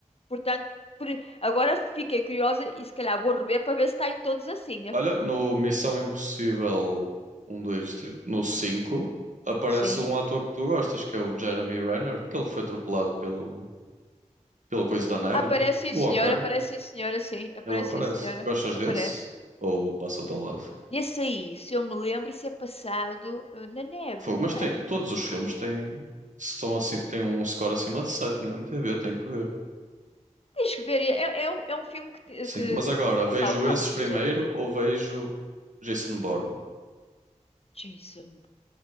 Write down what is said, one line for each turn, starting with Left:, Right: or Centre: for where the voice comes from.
Left: Portanto, por- agora fiquei curiosa e se calhar vou rever para ver se está em todos assim, né?
Right: Olha, no Missão Impossível um 2, 3, no 5 aparece
Left: Sim.
Right: um ator que tu gostas, que é o Jeremy Renner, aquele que foi atropelado pelo, pelo coisa da neve.
Left: Aparece
Right: O
Left: sim, senhora,
Right: ok,
Left: aparece sim, senhora, sim. Aparece
Right: ele aparece.
Left: sim, senhora,
Right: Gostas
Left: aparece.
Right: desse? Ou passa-te ao lado?
Left: E esse aí, se eu me lembro, isso é passado eh, na neve,
Right: Fogo,
Left: não
Right: mas tem,
Left: é?
Right: todos os filmes têm, são assim, têm um score acima de 7 no IMDb, tenho que ver.
Left: Tens que ver, é, é, um- é um filme que... te-
Right: Sim,
Left: que...
Right: mas agora,
Left: Epá,
Right: vejo
Left: o Tom
Right: esses
Left: Cruise,
Right: primeiro
Left: é
Right: ou vejo Jason Bourne?
Left: Jason...